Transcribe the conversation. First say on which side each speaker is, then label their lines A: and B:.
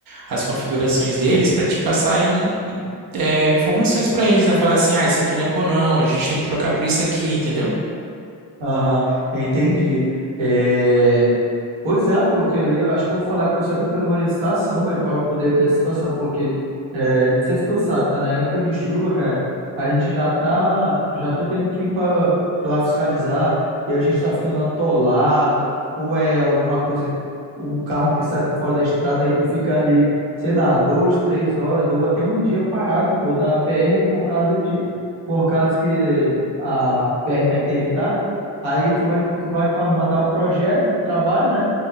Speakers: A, on the right (about 45°); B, on the right (about 80°).
A: as configurações deles para te passar em- em- é, informações para eles, né? Falar assim, ah, isso aqui não é bom não, a gente tem que trocar por isso aqui, entendeu?
B: aham, entendi. É, Pois é, pô, eu, que- eu acho que eu vou falar com o pessoal aqui fazer uma licitação, velho, para poder ver a situação, porque é, não sei se tu sabe, tá na época de chuva, cara. A gente já tá, já tô tendo que ir para lá fiscalizar e a gente tá ficando atolado, ou é alguma coisa, um carro que sai por fora da estrada, aí tu fica ali, sei lá, duas, três horas ou até um dia parado, pô, na BR por causa de, por causa que a BR tá interditada. Aí tu vai, tu vai fa- mandar o projeto, o trabalho, né?